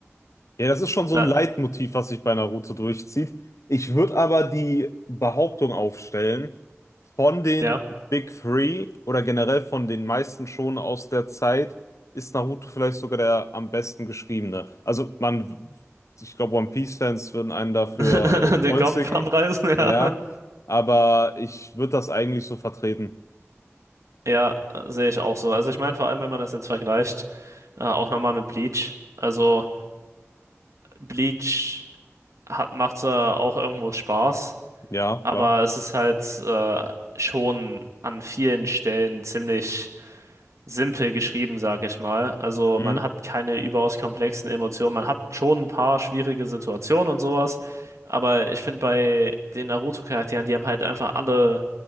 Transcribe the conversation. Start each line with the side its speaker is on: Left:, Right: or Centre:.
Left: Ja, das ist schon
Right: So,
Left: so
Right: Da,
Left: ein Leitmotiv, was sich bei Naruto durchzieht. Ich würde aber die Behauptung aufstellen, von den
Right: ja,
Left: Big Three oder generell von den meisten Shonen aus der Zeit ist Naruto vielleicht sogar der am besten geschriebene. Also man, ich glaube, One Piece-Fans würden einen dafür
Right: <laughs>
Left: äh,
Right: den
Left: kreuzigen.
Right: Kopf am Reißen, ja.
Left: Naja, aber ich würde das eigentlich so vertreten.
Right: Ja, sehe ich auch so. Also ich meine, vor allem, wenn man das jetzt vergleicht, äh, auch nochmal mit Bleach. Also Bleach hat, macht zwar auch irgendwo Spaß,
Left: Ja,
Right: Aber
Left: klar.
Right: es ist halt äh, schon an vielen Stellen ziemlich simpel geschrieben, sag ich mal. Also
Left: Mhm.
Right: man hat keine überaus komplexen Emotionen. Man hat schon ein paar schwierige Situationen und sowas. Aber ich finde bei den Naruto-Charakteren, die haben halt einfach alle